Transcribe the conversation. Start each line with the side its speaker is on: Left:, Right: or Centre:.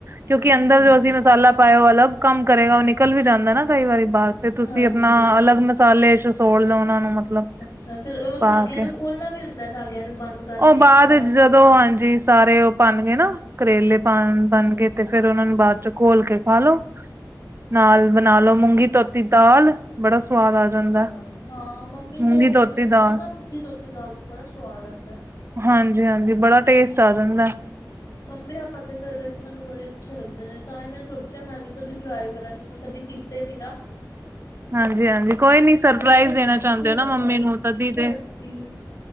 Right: ਕਿਉਂਕਿ
Left: ਅੱਛਾ
Right: ਅੰਦਰ ਜੋ ਅਸੀਂ ਮਸਾਲਾ ਉਹ ਅਲੱਗ ਕੰਮ ਕਰੇਗਾ ਉਹ ਨਿਕਲ ਵੀ ਜਾਂਦਾ ਨਾ ਕਈ ਵਾਰੀ ਬਰ ਤੇ ਤੁਸੀਂ
Left: ਹਾਂਜੀ
Right: ਆਪਣਾ ਅਲੱਗ ਮਸਾਲੇ ਸੋੜ ਲਓ ਉਹਨਾਂ ਨੂੰ ਮਤਲਬ
Left: ਅੱਛਾ ਫੇਿਰ ਉਹ
Right: ਪਾ
Left: ਧਾਗਿਆਂ
Right: ਕੇ
Left: ਨੂੰ ਖੋਲਣਾ ਵੀ ਹੁੰਦਾ ਧਾਗਿਆਂ ਨੂੰ ਬੰਦ ਕਰਕੇ
Right: ਉਹ
Left: ਬਾਅਦ
Right: ਜਦੋਂ
Left: ਵਿੱਚ
Right: ਹਾਂਜੀ ਸਾਰੇ ਉਹ ਪਣ ਗਏ ਨਾ ਕਰੇਲੇ ਪਾ ਬਣ ਗਏ ਤੇ ਫੇਿਰ ਉਹਨਾਂ
Left: ਹਾਂਜੀ
Right: ਨੂੰ ਬਾਅਦ ਚ ਘੋਲ ਕੇ ਖਾ ਲੋ ਨਾਲ
Left: ਅੱਛਾ
Right: ਬਣਾ ਲੋ ਮੂੰਗੀ ਧੋਤੀ ਦਾਲ ਬੜਾ ਸਵਾਦ ਆ
Left: ਅੱਛਾ
Right: ਜਾਂਦਾ
Left: ਹਾਂ ਮੰਮੀ ਕਹਿ
Right: ਮੂੰਗੀ
Left: ਰਹੇ
Right: ਧੋਤੀ
Left: ਸੀ ਉਹਦੇ ਨਾਲ
Right: ਦਾਲ
Left: ਨਾ ਮੂੰਗੀ ਧੋਤੀ ਦਾਲ ਬੜਾ ਸਵਾਦ ਹੈ ਹਨ <inaudible>
Right: ਹਾਂਜੀ ਹਾਂਜੀ ਬੜਾ ਟੇਸਟ ਆ ਜਾਂਦਾ
Left: ਮੰਮੀ ਰਾ ਦੇ ਘਰ ਮੈਨੂੰ ਬੜੇ ਅੱਛੇ ਲੱਗਦੇ ਨੇ ਤਾਂ ਮੈਂ ਸੋਚਿਆ ਮੈਂ ਵੀ ਕਦੀ ਟਰਾਈ ਕਰਾਂਗੀ ਮੈਂ ਕਦੀ ਕੀਤੇ ਸੀ ਨਾ
Right: ਹਾਂਜੀ-ਹਾਂਜੀ
Left: ਤਾਂ ਕਰਕੇ
Right: ਕੋਈ ਨੀ ਸਰਪ੍ਰਾਈਜ਼
Left: ਹੋਰ ਸਬਜ਼ੀਆਂ
Right: ਦੇਣਾ ਚਾਹੁੰਦੇ
Left: ਤੇ
Right: ਹੋ ਨਾ
Left: ਬਣਾ
Right: ਮੰਮੀ
Left: ਲੈਣੇ
Right: ਨੂੰ ਤਦੀ
Left: ਨੇ
Right: ਤੇ
Left: ਮਲਾਂਜੀ